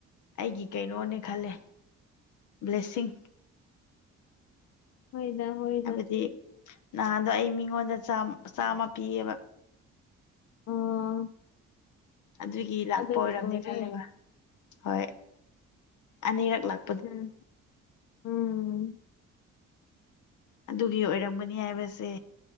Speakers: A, on the left; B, on the left.
A: ꯑꯩꯒꯤ ꯀꯩꯅꯣꯅꯤ ꯈꯜꯂꯦ ꯕ꯭ꯂꯦꯁꯤꯡ
B: ꯍꯣꯏꯗ ꯍꯣꯏ
A: ꯍꯥꯏꯕꯗꯤ ꯅꯍꯥꯟꯗꯣ ꯑꯩ ꯃꯤꯉꯣꯟꯗ ꯆꯥꯝ ꯆꯥꯝꯃ ꯄꯤꯌꯦꯕ
B: ꯑꯣ
A: ꯑꯗꯨꯒꯤ ꯂꯥꯛꯄ
B: ꯑꯗꯨꯒꯤ
A: ꯑꯣꯏꯔꯝꯅꯤ
B: ꯑꯣꯏꯔꯦ
A: ꯈꯜꯂꯦꯕ ꯍꯣꯏ ꯑꯅꯤꯔꯛ ꯂꯥꯛ
B: ꯎꯝ ꯎꯝ
A: ꯑꯗꯨꯒꯤ ꯑꯣꯏꯔꯝꯒꯅꯤ ꯍꯥꯏꯕꯁꯦ